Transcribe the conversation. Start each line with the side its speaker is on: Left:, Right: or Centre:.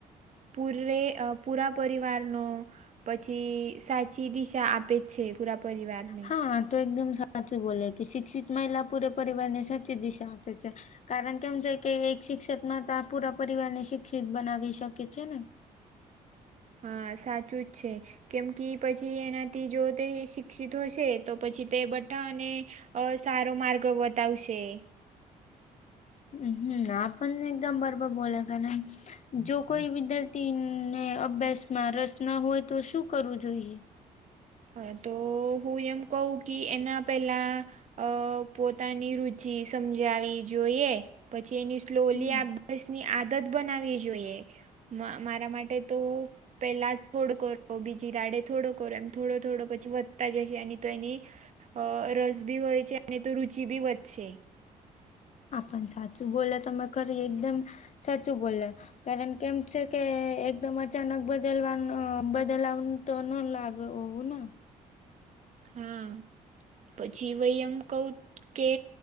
Right: પૂરેરે પુરાપિવારનો. પછી સાચી દિશા આપે જ છે પુરા પરિવારને.
Left: હા તો એકદમ સાચું બોલે કે શિક્ષિત મહિલા પૂરે પરિવાર ને સાચી દિશા આપે છે. કારણ કેમ છે કે એક શિક્ષક માં તો આ પૂરા પરિવાર ને શિક્ષિત બનાવી શકે છે ને.
Right: હા સાચું જ છે. કેમ કે પછી એનાથી જો તે શિક્ષિત હશે તો પછી તે બટાને. અ સારો માર્ગ બતાવશે.
Left: હમ આપ પણ એકદમ બરોબર બોલો કારણ, જો કોઈ વિદ ને અભ્યાસ માં રસ ના હોય તો શું કરવું જોઈએ?
Right: હ તો હું એમ કહ કે એના પેલા અ પોતાની રુચિ સમજાવી જોઈએ. પછી એની સ્લોલી
Left: હમ
Right: અભ્યાસ ની આદત બનાવી જોઈએ. મારા માટે તો પેલા થોડો કરો બીજી દાડે થોડો કરો એમ. થોડો થોડો પછી વધતા જશે અને તો એની. અ રસ બી હોય છે અને તો રુચિ બી વધશે.
Left: આપ પણ સાચું બોલો તમે ખરી એકદમ સાચું બોલો, કારણ કેમ છે કે એકદમ અચાનક બદલવાનું બદલાવાનું તો ન લાગે હોવું ને.
Right: હા પછી વય એમ કવ કે